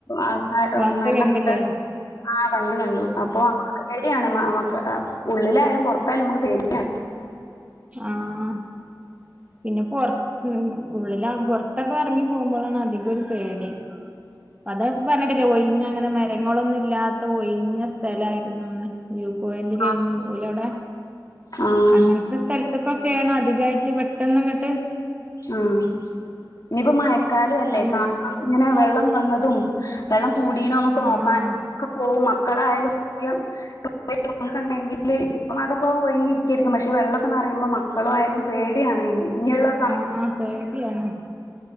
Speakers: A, on the left; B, on the right.
A: ആൾക്കാ
B: വാർത്തേ
A: മരണപ്പെട്ട
B: കണ്ടിലേ?
A: ആഹ് കണ്ടു കണ്ടു അപ്പൊ നമുക്ക് പേടിയാണ് മ മക്ക ഉള്ളിലായാലും പുറത്തായാലും നമുക്ക് പേടിയാണ്.
B: ആഹ് പിന്നെ പൊർ ലും ഉള്ളിലാവു പൊർത്തൊക്കെ എറങ്ങി പോകുമ്പോളാണ് അധികൊര് പേടി. അത് പർഞ്ഞേട്ടിലേ, ഒഴിഞ്ഞ അങ്ങനെ മരങ്ങളൊന്നും ഇല്ലാത്ത ഒഴിഞ്ഞ സ്ഥലായിരുന്നൂന്ന്. വ്യൂ പോയിന്റിലേനു.
A: ആഹ്
B: ഓലവിട
A: ആഹ്
B: അങ്ങൻത്തെ സ്ഥലത്ത്ക്കൊക്കേണ് അധികായിട്ട് പെട്ടെന്ന് ഇങ്ങട്ട്
A: ആഹ് ഇഞ്ഞിപ്പ മഴക്കാലും അല്ലേ
B: അങ്
A: കാണാൻ ഇങ്ങനെ വെള്ളം വന്നതും വെള്ളം കൂടീണോന്നൊക്കെ
B: ആഹ്
A: നോക്കാൻ ഒക്കെ പോവും മക്കളായാലും <unintelligible> <unintelligible> ഉണ്ടെങ്കില് ഇപ്പം അതൊക്കെ ഒഴിഞ്ഞിരിക്കേര്ക്കും പക്ഷെ വെള്ളക്കെ നറയുമ്പം മക്കളു ആയാലും പേടിയാണ് ഇഞ് ഇഞ്ഞ്ള്ളത്
B: ആഹ് പേടിയാണ്.